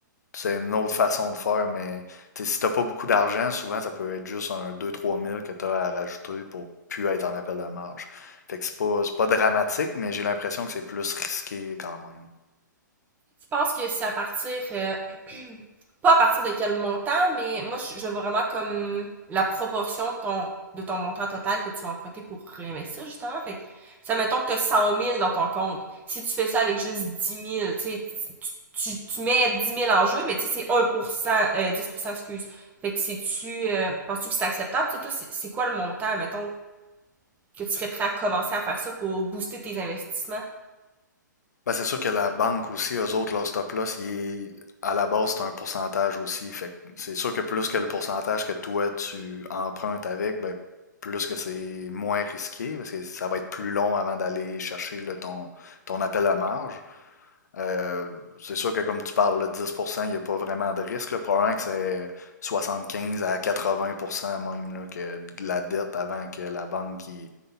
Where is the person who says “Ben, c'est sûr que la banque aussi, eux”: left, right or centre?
Left